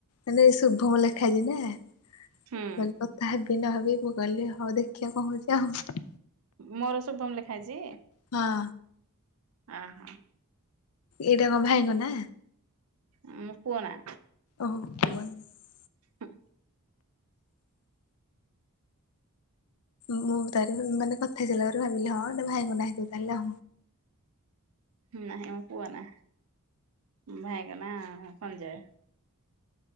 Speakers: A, on the left (about 70°); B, on the right (about 65°).
A: ମାନେ ଶୁଭମ୍ ଲେଖା ହେଇଛିନା।
B: ହୁଁ
A: କଥା ହେବି ନହେବି ମୁ କହିଲି ହଉ ଦେଖିବା କଣ ହୋଉଛି ଆଉ।
B: ମୋର ଶୁଭମ ଲେଖା ଏଇଚି।
A: ହଁ।
B: ହଁ ହଁ।
A: ଏଇଟା କଣ ଭାଇଙ୍କ ନା?
B: ହଁ କୁହନା।
A: ଓହୋ ପ <unintelligible>
B: ହଁ।
A: ମୁଁ ତାର ମାନେ କଥା ହେଇସାରିଲା ପରେ ଭାବିଲି ହଁ ଭାଇଙ୍କ ନା ହେଇଥିବ ତାହେଲେ
B: ନା ଇଏ ମୋ ପୁଅ ନାଁ। ଭାଇଙ୍କ ନାଁ ସଂଜୟ।